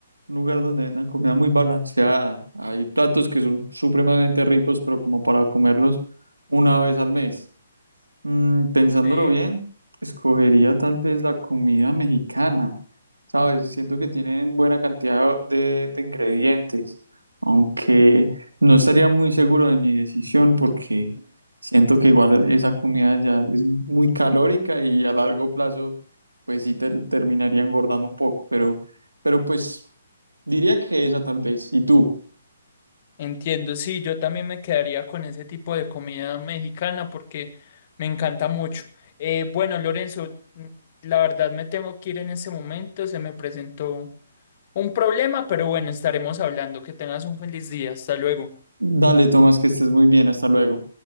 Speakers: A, on the right; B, on the left.
A: un lugar donde vendan comida muy balanceada. Hay platos que son supremamente ricos, pero como para comerlos una vez al mes. Mm, pensándolo
B: Sí.
A: bien, escogería tal vez la comida mexicana, ¿sabes? Siento que tienen buena cantidad de, de ingredientes, aunque no estaría muy seguro de mi decisión porque siento que igual esa comida ya es muy calórica y a largo plazo pues sí ter- terminaría engordando un poco, pero, pero pues diría que esa tal vez. ¿Y tú?
B: Entiendo, sí, yo también me quedaría con ese tipo de comida mexicana porque me encanta mucho. Eh, bueno, Lorenzo, mm, la verdad me tengo que ir en ese momento, se me presentó un problema, pero bueno, estaremos hablando. Que tengas un feliz día, hasta luego.
A: Dale, Tomás, que estés muy bien, hasta luego.